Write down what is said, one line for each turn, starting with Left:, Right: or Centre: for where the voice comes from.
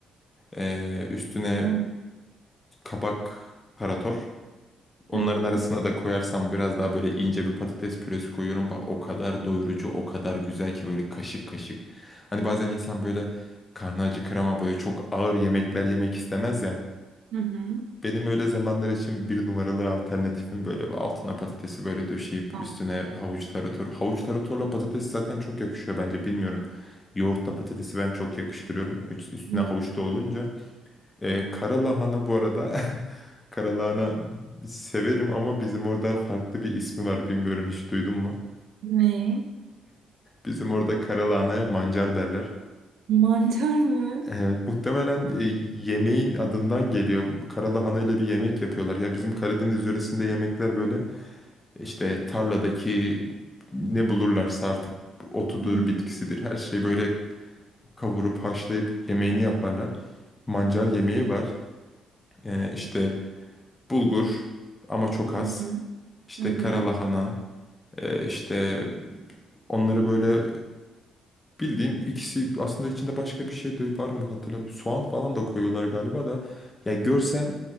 Left: E, üstüne
Right: Oo.
Left: kabak tarator. Onların
Right: Hı hı.
Left: arasına da koyarsam biraz daha böyle ince bir patates püresi koyuyorum. Bak o kadar doyurucu, o kadar güzel ki böyle kaşık kaşık. Hani bazen insan böyle karnı acıkır ama böyle çok ağır yemekler yemek istemez ya.
Right: Hı hı.
Left: Benim öyle zamanlar için bir numaralı alternatifim böyle bir altına patatesi böyle döşeyip
Right: Aa.
Left: üstüne havuç tarator. Havuç taratorla patates zaten çok yakışıyor bence bilmiyorum. Yoğurtla patatesi ben çok yakıştırıyorum. Üç- Üstüne
Right: Hmm.
Left: havuç da olunca. Ee,
Right: Ay,
Left: kara lahana bu arada. <laughs> Kara lahana severim ama bizim orada farklı bir ismi var bilmiyorum hiç duydun mu?
Right: Ne?
Left: Bizim orada kara lahanaya mancar derler.
Right: Mantar mı?
Left: Evet, muhtemelen e, yemeğin adından geliyor. Karalahana ile bir yemek yapıyorlar. Ya bizim Karadeniz yöresinde yemekler böyle İşte tarladaki ne bulurlarsa artık otudur,
Right: Hmm.
Left: bitkisidir. Her şeyi böyle kavurup haşlayıp yemeğini yaparlar. Mancar yemeği var. Ee, işte bulgur ama çok az.
Right: Hı hı.
Left: İşte
Right: Hı hı.
Left: kara lahana. Ee, işte onları böyle Bildiğin ikisi aslında içinde başka bir şey de var mı hatırlamıyorum. Soğan falan da koyuyorlar galiba da. Ya görsen